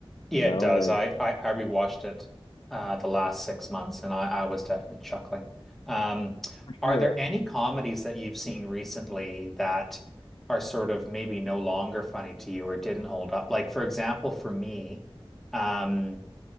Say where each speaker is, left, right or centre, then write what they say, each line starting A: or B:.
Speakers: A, in the centre; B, on the left.
A: Yeah,
B: You know,
A: it does.
B: like
A: I I, I rewatched it uh the last six months and I, I was definitely chuckling. Um,
B: for sure.
A: are there any comedies that you've seen recently that are sort of maybe no longer funny to you or didn't hold up? Like for example, for me, um